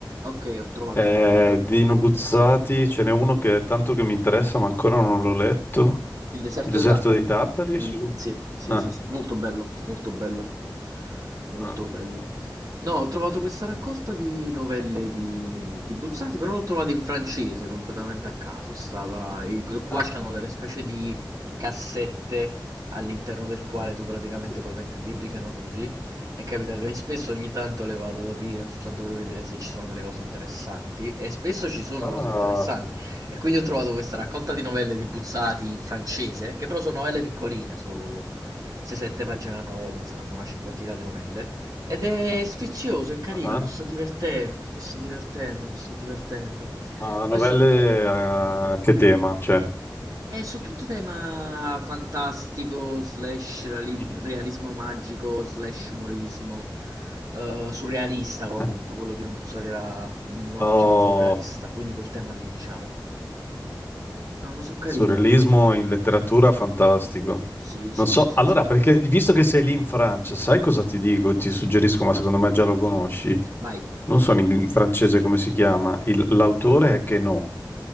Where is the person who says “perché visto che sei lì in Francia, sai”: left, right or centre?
Left